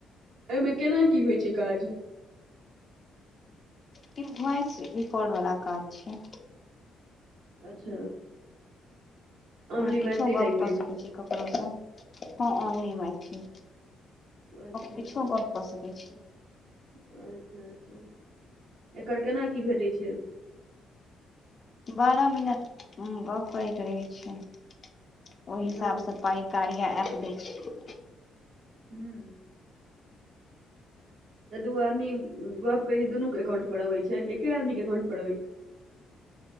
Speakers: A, on the right; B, on the left.
A: एहिमे केना की होइत छै काज
B: कि वॉइस रिकॉर्ड वाला काज छै
A: अच्छा ओनली
B: अहाँ किछो
A: मैथिली
B: गप्प
A: लैंग्वेज
B: कऽ सकैत छी ककरोसँ हँ ऑनली मैथिली
A: अच्छा
B: किछु
A: अच्छा
B: गप्प कऽ सकै छी
A: अच्छा अच्छा एकर केना की भेटैत छै
B: बारह मिनट गप्प करै के रहे छै ओहि हिसाब
A: हँ
B: सँ पाइ कार्या एप दै छै
A: ह्म तऽ दू आदमी गप्प करै छै दुनू के एकाउंट पर अबै छै कि एके आदमी के एकाउंट पर अबे छै